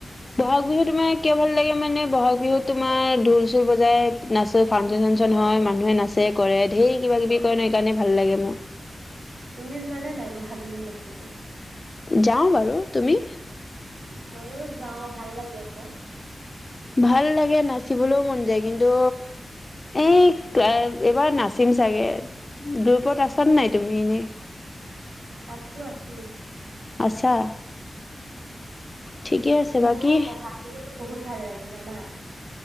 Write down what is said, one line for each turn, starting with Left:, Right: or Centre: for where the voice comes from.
Left: বহাগ বিহু তোমাৰ কিয় ভাল লাগে মানে বহাগ বিহুত তোমাৰ ঢোল চুল বজাই নাচ ত ফাংচন চাংচন হয়, মানুহে নাচে কৰে ধেই কিবা কিবি কৰে ন সেইকাৰণে ভাল লাগে মোৰ।
Right: তুমি যোৱানে নাই বহাগ বিহুত নাচিব?
Left: যাওঁ বাৰু তুমি?
Right: মইয়ো যাওঁ ভাল লাগে আক।
Left: ভাল লাগে নাচিবলৈও মন যায় কিন্তু,
Right: উম
Left: এই এইবাৰ নাচিম চাগে, গ্ৰোপত আছান নাই তুমি এনেই
Right: আছো আছো।
Left: আছা! ঠিকে আছে
Right: মোৰো
Left: বাকী
Right: বহাগ বিহুটো বহুত ভাল লাগে জানা।